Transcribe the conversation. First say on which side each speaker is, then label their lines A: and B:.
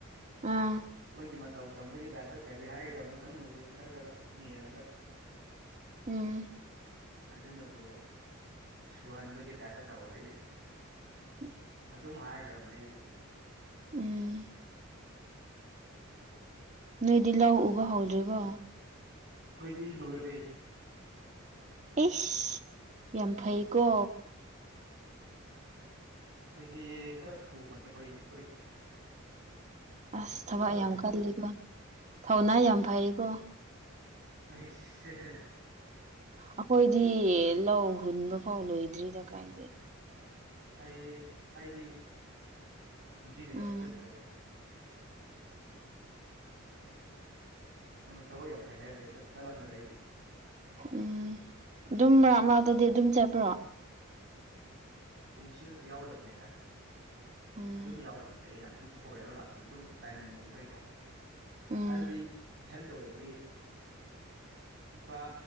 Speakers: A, on the right; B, on the right.
A: ꯑꯥ
B: ꯃꯣꯏꯒꯤ ꯇꯧ ꯇꯝꯕꯒꯤ ꯇꯥꯏꯞꯇ ꯀꯔꯤ ꯍꯥꯏꯒꯗꯕꯅꯣ ꯈꯪꯅꯕꯤ ꯈꯔ ꯈꯔ ꯃꯦꯜꯂꯒ
A: ꯎꯝ
B: ꯑꯗꯨꯅꯕꯨ ꯁꯨꯍꯟꯕꯒꯤ ꯇꯥꯏꯞꯇ ꯇꯧꯋꯦ ꯑꯩ
A: ꯎ
B: ꯑꯗꯨꯝ ꯍꯥꯏꯈ꯭ꯔꯕꯅꯦ ꯑꯩꯁꯨ
A: ꯎꯝ ꯅꯣꯏꯗꯤ ꯂꯧ ꯎꯕ ꯍꯧꯗ꯭ꯔꯤꯕꯣ
B: ꯑꯩꯈꯣꯏꯗꯤ ꯂꯣꯏꯔꯦ
A: ꯑꯩꯁ ꯌꯥꯝ ꯐꯩꯀꯣ
B: ꯁꯤꯗꯤ ꯈꯔ ꯊꯨꯕꯅꯦ ꯑꯩꯈꯣꯏ ꯑꯩꯈꯣꯏꯁꯦ
A: ꯑꯁ ꯊꯕꯛ
B: ꯍꯧꯗ꯭ꯔꯤꯕꯣ
A: ꯌꯥꯝ ꯀꯜꯂꯤꯀꯣ ꯊꯧꯅꯥ ꯌꯥꯝ ꯐꯩꯀꯣ
B: ꯑꯩꯁ
A: ꯑꯩꯈꯣꯏꯗꯤ ꯂꯧ ꯍꯨꯟꯕ ꯐꯥꯎ ꯂꯣꯏꯗ꯭ꯔꯤꯗ ꯀꯥꯏꯗ
B: ꯑꯩ ꯑꯩꯗꯤ ꯀꯨꯝꯁꯤꯗꯤ
A: ꯎꯝ
B: ꯆꯠꯇ꯭ꯔꯦꯗ ꯅꯪꯅ ꯊꯕꯛ ꯌꯥꯝ ꯐꯩ ꯍꯥꯏꯔꯦ ꯆꯠꯂꯝꯗ꯭ꯔꯦ ꯑꯩꯗꯤ
A: ꯎꯝ ꯑꯗꯨꯝ ꯃꯔꯛ ꯃꯔꯛꯇꯗꯤ ꯑꯗꯨꯝ ꯆꯠꯄ꯭ꯔꯣ
B: ꯀꯨꯝꯁꯤꯈꯛꯇꯤ ꯌꯥꯎꯗꯕꯅꯦꯗ
A: ꯎꯝ
B: ꯑꯗꯨꯝ ꯌꯥꯎꯕ ꯅꯠꯇꯦ ꯑꯩꯅ ꯑꯗꯨꯝ ꯈꯣꯏꯔꯒ ꯂꯥꯛꯄꯅ ꯑꯗꯨꯝ ꯇꯥꯏꯃꯤꯡ ꯑꯣꯏꯕꯩꯀꯣ
A: ꯎꯝ
B: ꯍꯥꯏꯕꯗꯤ ꯏꯊꯟꯇ ꯑꫭꯏꯕꯒꯤ ꯏꯄꯥ